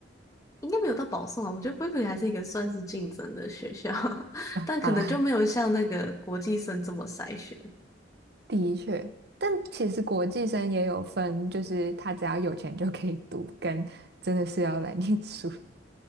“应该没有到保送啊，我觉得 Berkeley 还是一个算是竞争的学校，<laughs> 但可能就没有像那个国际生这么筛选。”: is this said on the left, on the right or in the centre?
Left